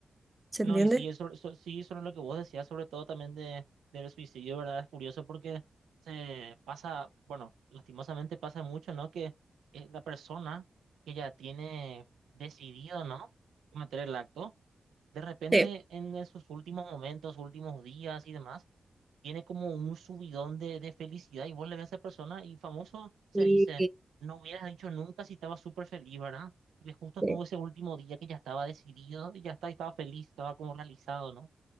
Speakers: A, on the right; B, on the right.
A: ¿Se
B: No,
A: entiende?
B: y sí, eso, eso- sí, sobre lo que vos decías, sobre todo también de, del suicidio, ¿verdad? Es curioso porque se pasa, bueno, lastimosamente pasa mucho, ¿no? Que eh, la persona que ya tiene decidido, ¿no? Cometer el acto, de repente
A: Sí,
B: en, sus últimos momentos, últimos días y demás, tiene como un subidón de, de felicidad y vos le ves a esa persona y famoso se
A: sí,
B: dice, no hubieras dicho nunca si estaba súper feliz, ¿verdad? Porque justo
A: sí,
B: tuvo ese último día que ya estaba decidido y ya está, estaba feliz, estaba como realizado, ¿no?